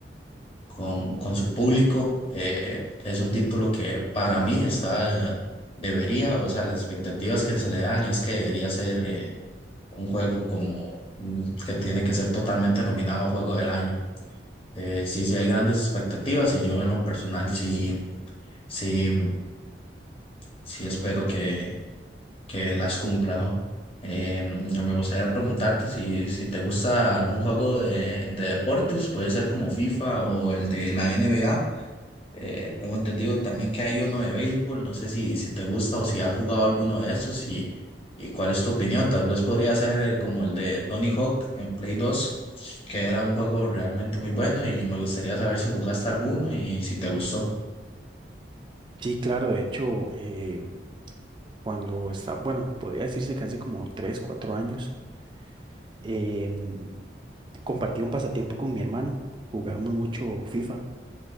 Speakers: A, on the left; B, on the right.
A: con, con su público. eh, eh, es un título que para mí está, debería, o sea, las expectativas que se le dan es que debería ser eh, un juego como mm, que tiene que ser totalmente nominado a Juego del Año. Eh, sí, sí hay grandes expectativas y yo en lo personal sí, sí, sí espero que, que las cumpla, ¿no? Eh, mm, me gustaría preguntarte si, si te gusta algún juego de, de deportes, puede ser como FIFA o el de la NBA. Eh, tengo entendido también que hay uno de béisbol, no sé si, si te gusta o si has jugado alguno de esos y, y cuál es tu opinión. Tal vez podría ser el- como el de Tony Hawk en Play dos que era un juego realmente muy bueno y me gustaría saber si jugaste alguno y si te gustó.
B: Sí, claro, de hecho, eh, cuando estaba, bueno, podría decirse que hace como 3, 4 años, em, compartí un pasatiempo con mi hermano. Jugábamos mucho FIFA